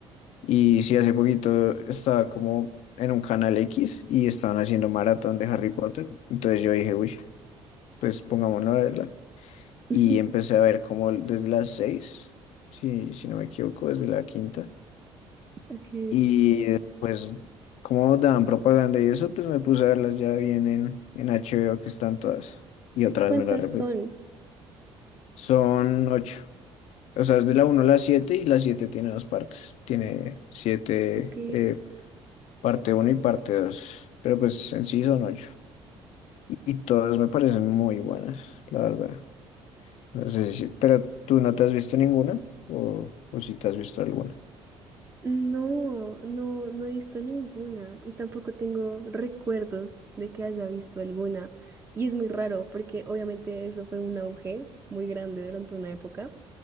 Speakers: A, on the left; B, on the right.
A: Y sí, hace poquito estaba como en un canal X y estaban haciendo maratón de Harry Potter. Entonces yo dije, uy, pues pongámonos a verla. Y
B: <laughs>
A: empecé a ver como desde las seis, si, si no me equivoco, desde la quinta.
B: Ok.
A: Y después, como daban propaganda y eso, pues me puse a verlas ya bien en, en HBO, que están todas. Y otra
B: ¿Cuántas
A: vez me las repetí.
B: son?
A: Son ocho. O sea, es de la uno a la 7 y la 7 tiene dos partes. Tiene siete
B: Ok.
A: eh, parte uno y parte 2, pero pues en sí son ocho Y todas me parecen muy buenas, la verdad. No sé si, pero tú no te has visto ninguna o, o si te has visto alguna.
B: No, no, no he visto ninguna y tampoco tengo recuerdos de que haya visto alguna. Y es muy raro porque obviamente eso fue un auge muy grande durante una época,